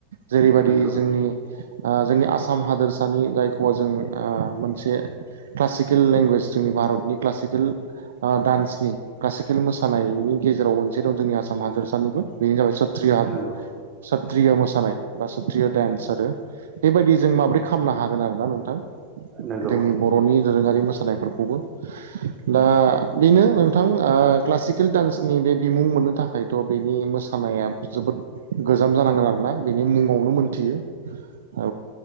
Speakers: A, on the right; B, on the right.
A: जेरैबायाददि
B: नंगौ
A: जोंनि जोंनि आसाम हादोरसानि जायखौ जों मोनसे क्लासिकेल लेंगुवेज जोंनि भारतनि क्लासिकेल आ डान्सनि क्लासिकेल मोसानायनि गेजेराव मोनसे दं जोंनि आसाम हादोरसानिबो बेनो जाबाय सत्रिय
B: नंगौ
A: सत्रिय मोसानाय बा सात्रिय' डेन्स आरो। बेबायदि जों माबोरै खालामनो हागोन आरोना नोंथां
B: नंगौ
A: जोंनि बर' बर'नि दोरोङारि मोसानायफोरखौबो दा बेनो नोंथां क्लासिक स्किल डान्सनि बे बिमुं मोननो थाखायथ' बेनि मोसानाया जोबोद गोजाम जानांगोन आरो ना बेनि मुङावनो मोनथियो। औ